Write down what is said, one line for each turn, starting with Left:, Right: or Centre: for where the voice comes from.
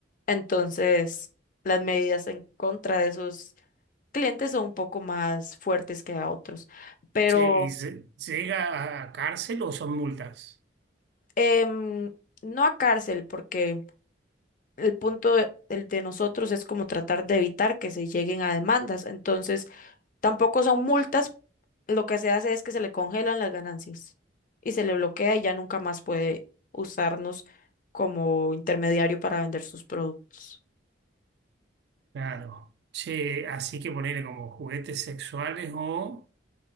Left: entonces, las medidas en contra de esos clientes son un poco más fuertes que a otros, pero
Right: Che, ¿y se- llega a cárcel o son multas?
Left: em, no a cárcel, porque el punto de, el de nosotros es como tratar de evitar que se lleguen a demandas. Entonces, tampoco son multas, lo que se hace es que se le congelan las ganancias y se le bloquea y ya nunca más puede usarnos como intermediario para vender sus productos.
Right: Claro. Che, así que ponerle como juguetes sexuales o...